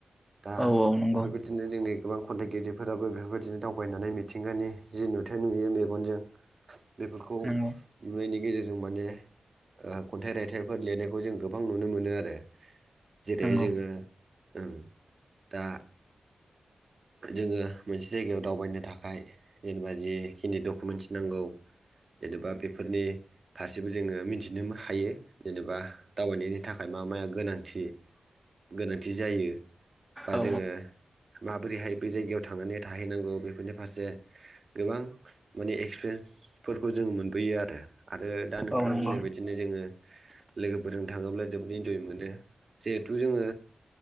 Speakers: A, on the right; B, in the centre.
A: दा
B: औ औ नंगौ
A: बेफोरबायदिनो जोंनि गोबां खन्थाइगिरिफोराबो बेफोरबायदिनो दावबायनानै मिथिंगानि जि नुथाय नुयो मेगनजों बेफोरखौ
B: नंगौ
A: नुनायनि गेजेरजों जों माने खन्थाइ रायथाइफोर लिरनायखौ जों गोबां नुनो मोनो आरो। जेरै
B: नंगौ
A: जोङो ओं दा जोङो मोनसे जायगायाव दावबायनो थाखाय जेनेबा जिखिनि डकुमेन्टस नांगौ जेनेबा बेफोरनि फारसेबो जोङो मिथिनो हायो जेनेबा दावबायनायनि थाखाय मा माया गोनांथि। गोनांथि जायो बा
B: औ
A: जोङो। माबोरैहाय बे जायगायाव थांनानै थाहैनांगौ बेफोरनि फारसे गोबां माने एक्सपिरियेन्स। फोरखौ जोङो मोनबोयो आरो आरो दा नोंथाङा
B: औ नंगौ
A: बुंनाय बायदिनो जोङो लोगोफोरजों थाङोब्ला। जोबोद इन्जय मोनो जिहेथु जोङो